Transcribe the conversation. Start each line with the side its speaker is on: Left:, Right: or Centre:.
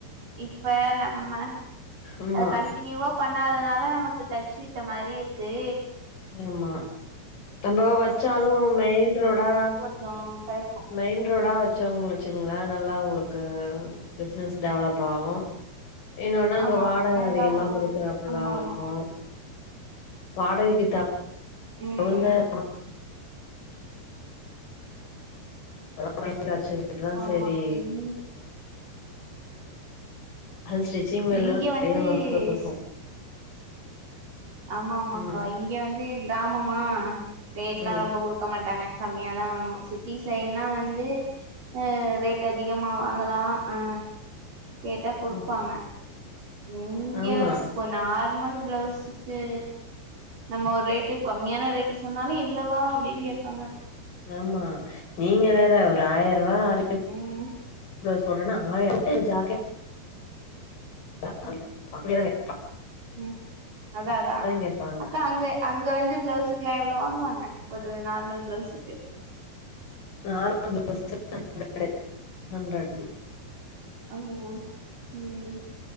Right: இப்ப நம்ம
Left: ஆமா
Right: அத கண்டினியூவா பண்ணாதனால நமக்கு டச் விட்ட மாரி இருக்கு
Left: ஆமா நம்ப வச்சாலு மெயின் ரோடா
Right: ஆ கெடைக்கு
Left: மெயின் ரோடா வச்சோங்கள வச்சுகுங்களே நல்லா உங்களுக்கு பிஸ்னஸ் டெவலப் ஆகு என்னொன்னு அங்க
Right: ஆமா
Left: வாடகை
Right: நல்லா
Left: அதிகமா
Right: ஓடு
Left: குடுக்குறாப்பல
Right: ஆமா
Left: இருக்கு
Right: ஆமா
Left: வாடகைக்கு த
Right: ம்
Left: கொளுந்த <inaudible> அதெல்லா இப்பலா வச்சதுக்கிட்டுதா
Right: ஆமா
Left: சரி
Right: இங்
Left: அது ஸ்டிச்சிங்லெல்லா
Right: இங்க
Left: நிறைய
Right: வந்து
Left: ஒர்க் இருக்கு
Right: ஆமா ஆமாக்கா
Left: ம்
Right: இங்க வந்து கிராமமா ரேட்லா
Left: ம்
Right: ரொம்ப குடு க்க மாட்டாங்க கம்மியாதா வாங்கணு சிட்டி சைட்னா வந்து அ ரேட் அதிகமா வாங்கலா அ கேட்டா குடுப்பாங்க
Left: ம்
Right: இங்க
Left: ஆமா
Right: இப்ப நார்மல் பிளவுஸ் ஹ நம்ம ஒரு ரேட்டு கம்மியான ரேட்டு சொன்னாலு இவ்ளோவா அப்டின்னு கேப்பாங்க
Left: ஆமா நீங்க வேற ஒரு ஆயரூவா
Right: ம்
Left: <inaudible> ப்ளவுஸ் போட்டேனா ஆயிரூபாய்க்கு ஜாக்கெட் <inaudible> அப்டிதாங்க
Right: ம் அதா அதா
Left: கேப்பாங்க
Right: அக்கா அங்க அங்க வந்து பிளவுஸு ல்லா எவ்ளோ வாங்குவாங்க ஒரு நார்மல் பிளவுஸுக்கு
Left: நார்ம <inaudible> ஹன்ர <inaudible>
Right: அம்மா ம்